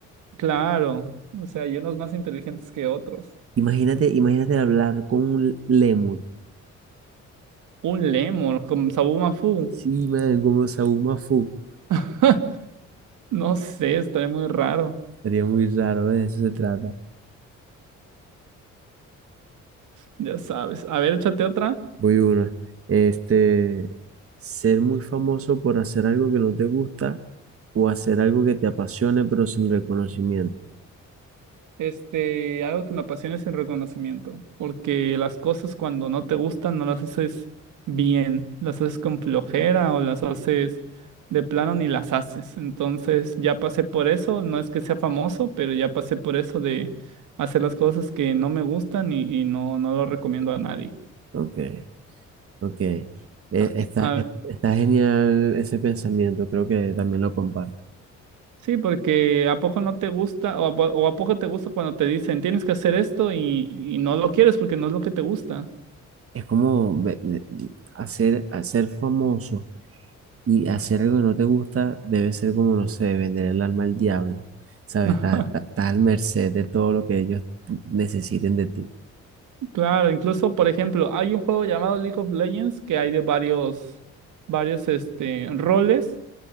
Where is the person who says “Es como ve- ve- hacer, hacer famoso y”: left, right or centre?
Right